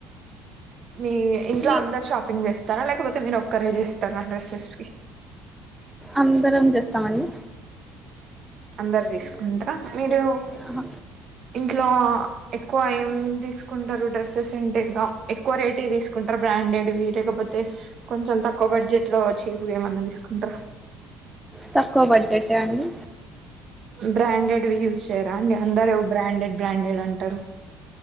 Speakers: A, on the right; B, in the centre.
A: మీ ఇంట్లో
B: మీ
A: అందర్ షాపింగ్ జేస్ చేస్తారా లేకపోతే మీరు ఒక్కరే చేస్తరా డ్రస్సెస్ కి
B: అందరం చేస్తామండి
A: అందరు తీస్కుంటర మీరు
B: అహ
A: ఇంట్లో ఎక్కువ ఏం తీసుకుంటారు డ్రెస్సెస్ అంటే ఇకా ఎక్కువ రేట్ తీసుకుంటారు బ్రాండెడ్ వి లేకపోతే కొంచెం తక్కువ బడ్జెట్ లో చీపు ఏమన్నా తీసుకుంటారా
B: తక్కువ బడ్ జె పెట్టా అండి
A: బ్రాండెడ్ వి యూస్ చేయర అండి అందరు ఏవో బ్రాండెడ్ బ్రాండెడ్ అంటారు